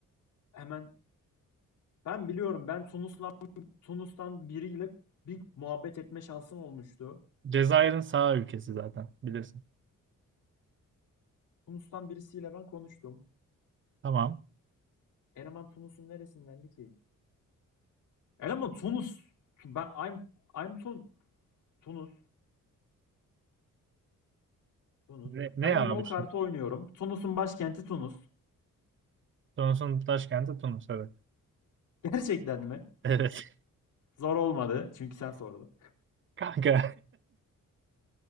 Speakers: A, on the left; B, on the right.
A: hemen ben biliyorum ben Tunus'la Tunus'tan biriyle bir muhabbet etme şansım olmuştu.
B: Cezayir'in sağ ülkesi zaten. Bilirsin.
A: Tunus'tan birisiyle ben konuştum.
B: Tamam.
A: Eleman Tunus'un neresindendi ki? Eleman Tunus. Ben I'm I'm Tun Tunus. Tunus.
B: Ne, ne
A: Ben
B: ya
A: yine
B: abi
A: o kartı
B: şimdi?
A: oynuyorum. Tunus'un başkenti Tunus.
B: Tunus'un başkenti Tunus evet.
A: <laughs> Gerçekten mi?
B: Evet.
A: Zor olmadı. Çünkü sen sordun.
B: <laughs> Kanka.